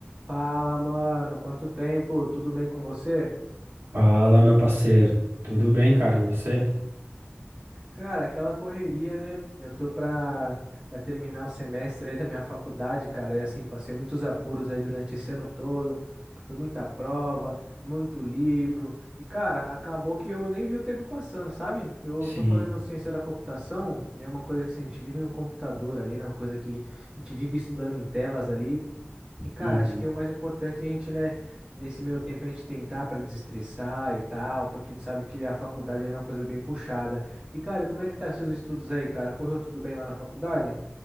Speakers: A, on the right; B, on the right.
A: Fala, mano. Quanto tempo? Tudo bem com você?
B: Fala, meu parceiro. Tudo bem, cara? E você?
A: Cara, aquela correria, né? Eu tô pra, pra terminar o semestre aí da minha faculdade, cara. E assim, passei muitos apuros aí durante esse ano todo. Foi muita prova, muito livro. E, cara, acabou que eu nem vi o tempo passando, sabe? Eu
B: Sim.
A: tô fazendo ciência da computação e é uma coisa que assim, a gente vive no computador ali, né? Uma coisa que a gente vive estudando em telas ali. E, cara,
B: Uhum.
A: acho que é o mais importante é a gente, né, nesse meio tempo a gente tentar para desestressar e tal, porque a gente sabe que a faculdade é uma coisa bem puxada. E, cara, como é que tá seus estudos aí, cara? Correu tudo bem lá na faculdade?